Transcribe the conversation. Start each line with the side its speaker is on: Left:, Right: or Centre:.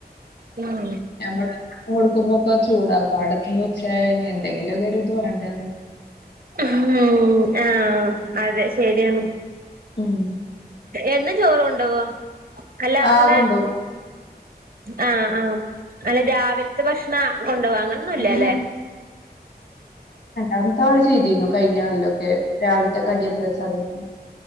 Right: ഉം
Left: മോടുക്ക മോക്ക ചോടാ <unintelligible> പാടത്തിന്ന് ഉത്സാഹന് എന്തെങ്കിലുംരി ഇത് വേണ്ട അത്
Right: ഉ ആഹ അതെ ശരിയാണ്
Left: ഉം
Right: എന്ന ചോറും കൊണ്ടുവോ അല്ല അങ്ങനെ
Left: ആഹ് കൊണ്ടോവും
Right: ആഹ് ആഹ് അല്ല രാവിലത്തെ ഭക്ഷണം കൊണ്ട വാങ്ങണംന്നല്ലല്ലേ
Left: ഉം അത്തെ ആള് ചെയ്തിരുന്നു കഴിഞ്ഞല്ല ഒക്കെ രാവിലത്തെക്കെ അടി എന്താ വെച്ച അതോട്ടെ